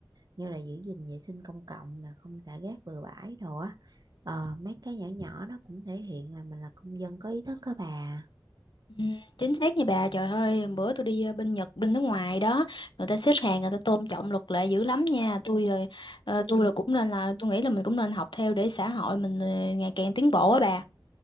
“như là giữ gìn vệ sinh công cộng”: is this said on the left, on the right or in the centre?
Right